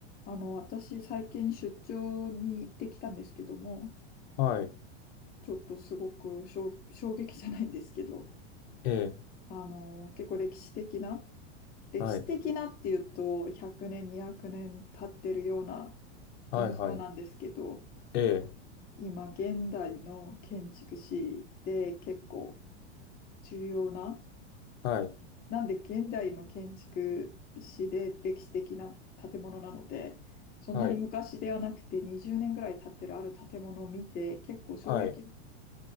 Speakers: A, on the left (about 25°); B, on the left (about 65°).
A: あの、私、最近出張に行ってきたんですけども、
B: はい、
A: ちょっとすごく衝衝撃じゃないんですけど、
B: ええ、
A: あの、結構歴史的な、歴史的なっていうと、
B: はい、
A: 100年、200年経ってるような
B: はい、
A: 印象なんですけど、
B: はい、ええ、
A: 今、現代の建築士で結構重要な、
B: はい、
A: なんで現代の建築士で歴史的な建物なので、そんなに昔ではなくて20年ぐらい経ってるある建物を見て結構衝撃
B: はい、はい、